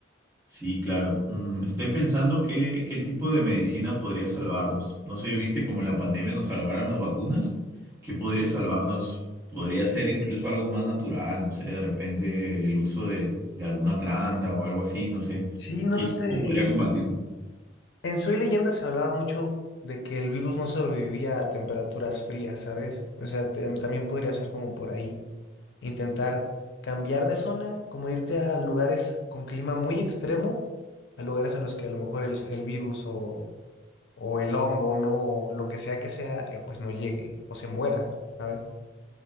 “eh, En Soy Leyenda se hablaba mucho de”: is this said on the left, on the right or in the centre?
Left